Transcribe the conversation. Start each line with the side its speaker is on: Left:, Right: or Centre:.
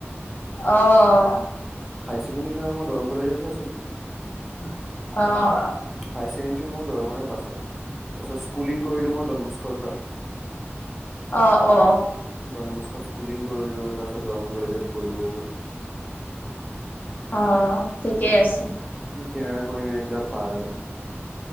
Left: অ'।
Centre: হাই ছেকেণ্ডেৰী টাইমত দৰং কলেজতহে আছিলো।
Left: অ'।
Centre: হাই ছেকেণ্ডেৰী মোৰ দৰংৰে পাছ হয়, তাৰছত স্কুলিং কৰিলো মই ডনবক্সৰ পৰা।
Left: আ', অ'।
Centre: ডনবক্সত স্কুলিং কৰিলো, তাৰছত দৰং কলেজত গলো।
Left: অ', ঠিকেই আছে।
Centre: তেনে কৰিম এইবিলাক পাৰ